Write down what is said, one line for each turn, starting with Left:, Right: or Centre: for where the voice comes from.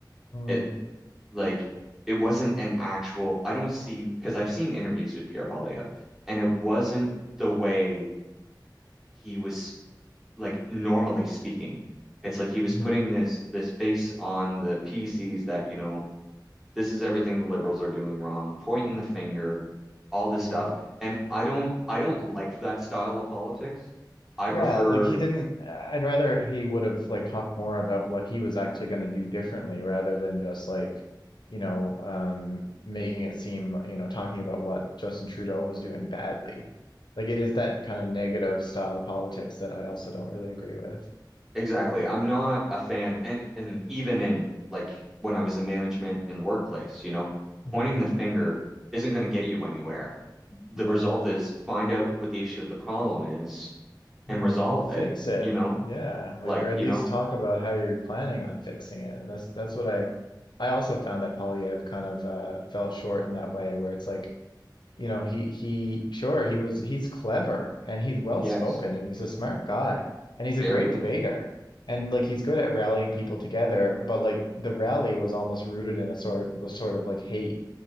Left: Mm-hmm.
Centre: it like it wasn't an actual I don't see because I've seen interviews with Pierre Polyev and it wasn't the way he was like normally speaking it's like he was
Left: Mm-hmm.
Centre: putting this this face on the PCs that you know this is everything the liberals are doing wrong pointing the finger all this stuff
Left: Right.
Centre: and I don't I don't like that style of politics I prefer
Left: Yeah, like he didn't, I'd rather he would have like talked more about what he was actually going to do differently rather than just like, you know, um, making it seem, you know, talking about what Justin Trudeau was doing badly. Like it is that kind of negative style of politics that I also don't really agree with.
Centre: Exactly. I'm not a fan, and and even in like when I was in management in the workplace, you know,
Left: hmm
Centre: pointing the finger isn't going to get you anywhere. The
Left: Yeah.
Centre: result is find out what the issue of the problem is
Left: Hmm.
Centre: and resolve
Left: And fix
Centre: it,
Left: it.
Centre: you know?
Left: Yeah. Like,
Centre: Like,
Left: or at
Centre: you
Left: least
Centre: know,
Left: talk about how you're planning on fixing it. And that's, that's what I, I also found that Polyev kind of uh, fell short in that way, where it's like, you know he he sure he was he's clever and he's well
Centre: yes,
Left: spoken and he's a smart guy and he's
Centre: very
Left: a great
Centre: much.
Left: debater and like he's good at rallying people together but like the rally was almost rooted in a sort was sort of like hate